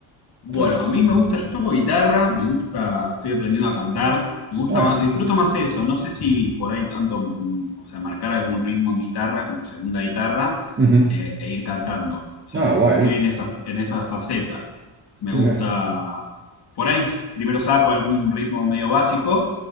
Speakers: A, on the left; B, on the right.
A: Bueno,
B: Es-
A: a mí me gusta, yo toco guitarra, me gusta, estoy aprendiendo a cantar, me gusta
B: ah,
A: más, disfruto más eso, no sé si por ahí tanto, mm, o sea, marcar algún ritmo en guitarra como segunda guitarra
B: ujú.
A: eh, e ir cantando, o sea,
B: Ah,
A: como
B: guay.
A: que estoy en esa, en esa faceta, me
B: <laughs>
A: gusta, por ahí s- primero saco algún ritmo medio básico